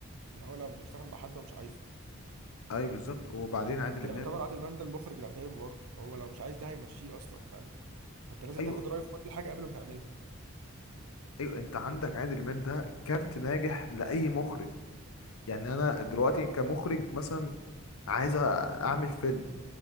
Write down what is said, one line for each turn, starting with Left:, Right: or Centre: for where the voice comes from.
Right: ان هو لو مش هيشتغل مع حد هو مش عايزه
Left: ايوه بالظبط وبعدين عادل
Right: فانت
Left: امام
Right: يعتبر عادل امام ده المخرج بتاع الفيلم برضه هو لو مش عايز ده هيمشيه اصلا فاهم فانت لازم
Left: ايوه
Right: تاخد رايه في كل حاجه قبل ما تعملها
Left: ايوه انت عندك عادل امام ده كارت ناجح لاي مخرج يعني انا دلوقتي كمخرج مثلا عايز أ- اعمل فيلم